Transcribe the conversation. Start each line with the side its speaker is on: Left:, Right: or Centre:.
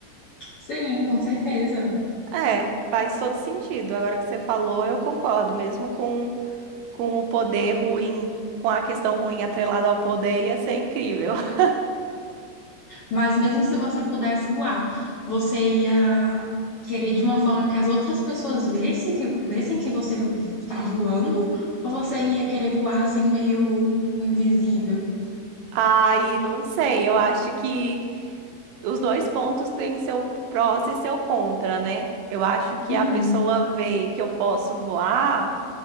Left: Sim, com certeza.
Right: É, faz todo sentido. Agora que você falou, eu concordo. Mesmo com, com o poder ruim, com a questão ruim atrelada ao poder, ia ser incrível. <laughs>
Left: Mas mesmo se você pudesse voar, você ia querer de uma forma que as outras pessoas vissem que, vissem que você está voando, ou você ia querer voar assim meio invisível?
Right: Aí, não sei, eu acho que. os dois pontos têm seu prós e seu contra, né? Eu acho que
Left: Uhum.
Right: a pessoa vê que eu posso voar